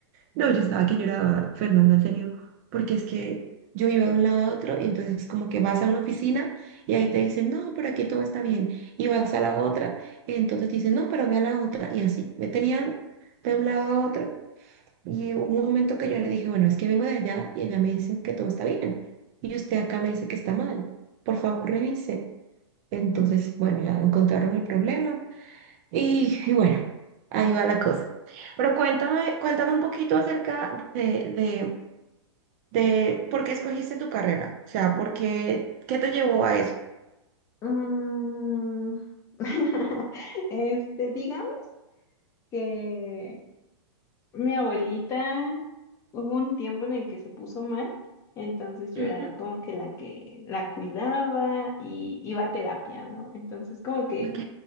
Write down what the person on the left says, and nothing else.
Sí.
Mm, <laughs> Este, digamos que mi abuelita hubo un tiempo en el que se puso mal, entonces yo
era como que la que la cuidaba y iba a terapia, ¿no? Entonces como que